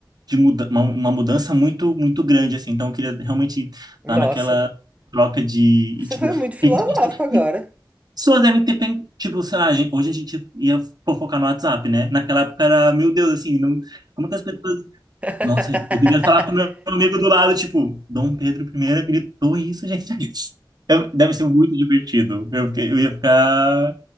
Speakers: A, on the right; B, on the right.
A: de muda uma, uma mudança muito muito grande assim. Então eu queria realmente estar
B: Nossa,
A: naquela troca de
B: você
A: e, tipo,
B: foi
A: o
B: muito filosófico
A: que que as pessoas
B: agora.
A: que pessoas devem ter pen- tipo, sei lá, a gente- hoje a gente ia fofocar no WhatsApp, né? Naquela época era, meu Deus, assim, não, como que as pessoas,
B: <laughs>
A: nossa, eu devia falar com meu amigo do lado, tipo, Dom Pedro I gritou isso, gente. <laughs> Eu- Deve ser muito divertido. Eu, fiquei- eu ia ficar.